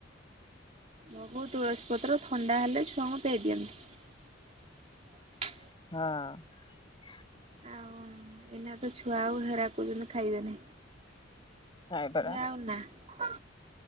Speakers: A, on the right; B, on the left.
A: ବହୁ ତୁଳସୀ ପତ୍ର ଥଣ୍ଡା ହେଲେ ଛୁଆଙ୍କୁ ପେଇ ଦିଅନ୍ତି
B: ହଁ
A: ଆଉ ଏନା ତ ଛୁଆ ଆଉ ହେରା କରୁଛନ୍ତି ଖାଇବେନି
B: ନାଇଁ
A: ସିଆଉ
B: ପରା
A: ନା ହ